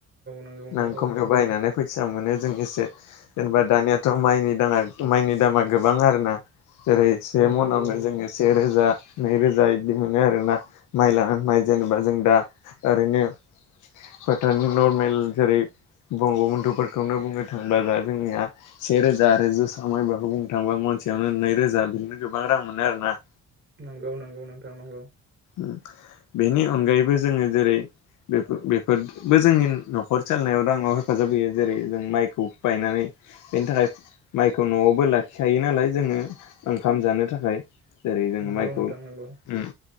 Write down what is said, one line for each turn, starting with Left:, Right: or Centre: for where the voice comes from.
Right: नंगौ नोंथां
Left: नां खमायाव
Right: औ
Left: बायनानै फैसा मोनो जों एसे। जेनेबा
Right: उम उम,
Left: दानियाथ' माइनि दाना माइनि दामा गोबां आरो ना जेरै से
Right: नंगौ
Left: मनावनो जोङो से रोजा नैरोजा इदि मोनो आरो ना माइ लानानै माइ जेनेबा जों दा ओरैनो फोथारनि नरमेल जेरै बंग' बन्धुफोरखौनो बुंनो थांबोला दा जोंनिया सेेरोजा आरो जोसा मायब्राखौ बुंनो थांबा मनसेयावनो नैरोजा बिदिनो गोबां रां मोनो आरो ना।
Right: नंगौ नंगौ नोंथां नंगौ।
Left: उम। बेनि अनगायैबो जोङो जेरै बेफोर बेफोरबो जोंनि न'खर सालायनायाव राङाव हेफाजाब होयो। जेरै जों माइखौ बायनानै बेनि थाखाय माइखौ न'आवबो लाखिखायो नालाय जोङो ओंखाम जानो थाखाय। जेरै जोंङो
Right: नंगौ
Left: माइखौ
Right: नोंथां
Left: उम
Right: नंगौ